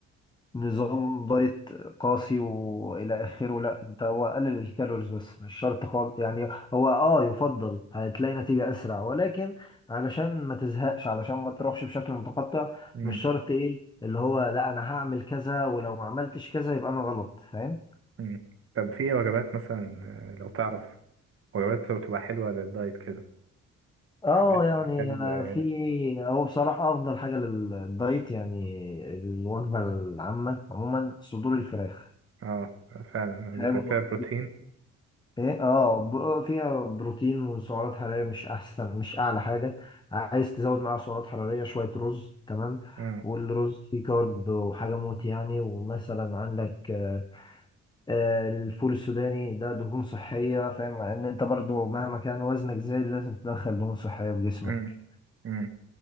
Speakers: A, on the left; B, on the right.
A: نظام دايت قاسي والى اخره لا انت هو قلل الكالوريز بس مش شرط خالص يعني هو اه يفضل هتلاقي نتيجة اسرع ولكن علشان ما تزهقش علشان ما تروحش بشكل متقطع
B: امم
A: مش شرط ايه اللي هو لا انا هعمل كذا ولو ما عملتش كذا يبقى انا غلط فاهم
B: امم طب في ايه وجبات مثلا آه، لو تعرف وجبات بتبقى حلوه للدايت كده
A: اه
B: حاجات
A: يعني
B: كالب
A: آه،
B: قليله
A: في هو بصراحة افضل حاجة للدايت يعني الوجبة العامة عموما صدور الفراخ
B: اه فعلا
A: فاهم
B: بتبقى فيها بروتين
A: ايه اه بر- فيها بروتين وسعرات حرارية مش احسن مش اعلى حاجة عايز تزود معاها سعرات حرارية شوية رز تمام
B: امم
A: والرز فيه كارب وحاجة موت يعني ومثلا عندك آه، آه، الفول السوداني ده دهون صحية فاهم ان انت برضو مهما كان وزنك زايد لازم تدخل دهون صحية في جسمك
B: امم امم